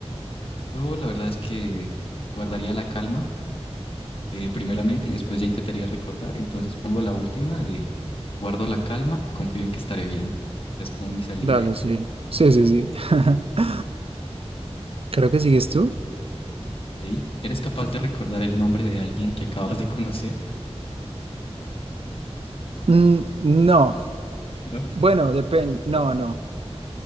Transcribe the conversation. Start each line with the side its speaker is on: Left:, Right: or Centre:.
Left: Yo la verdad es que guardaría la calma. eh, primeramente y después ya intentaría recordar. Entonces pongo la última de guardo la calma, confío en que estaré bien. Esa es como mi salida.
Right: Dale, sí. Sí, sí, sí. <laughs> Creo que sigues tú.
Left: <laughs> ¿Ok? ¿Eres capaz de recordar el nombre de alguien que acabas de conocer?
Right: Mm, no,
Left: No.
Right: bueno, depende. No, no.